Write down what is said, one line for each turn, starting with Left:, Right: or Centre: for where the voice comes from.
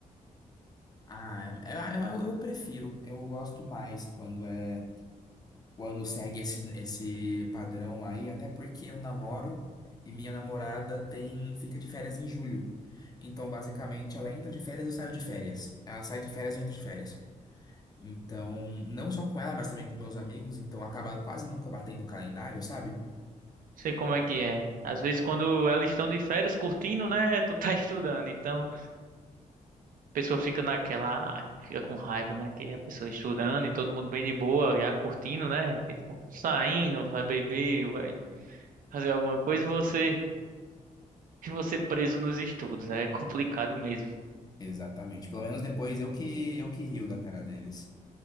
Left: Ah, é- é- é, eu, eu prefiro. Eu gosto mais quando é quando segue esse, esse padrão aí, até porque eu namoro e minha namorada tem fica de férias em julho. Então, basicamente, ela entra de férias e eu saio de férias. Ela sai de férias e eu entro de férias. Então, não só com ela, mas também com meus amigos, então acaba quase nunca batendo o calendário, sabe?
Right: Sei como é que é. Às vezes quando elas estão de férias curtindo, né? Tu tá <laughs> estudando, então pessoa fica naquela, fica com raiva, né? Que a pessoa estudando e todo mundo bem de boa, já curtindo, né? Tipo, saindo, vai beber, vai fazer alguma coisa e você, e você preso nos estudos. É complicado mesmo.
Left: Exatamente. Pelo menos depois eu que eu que rio da cara deles.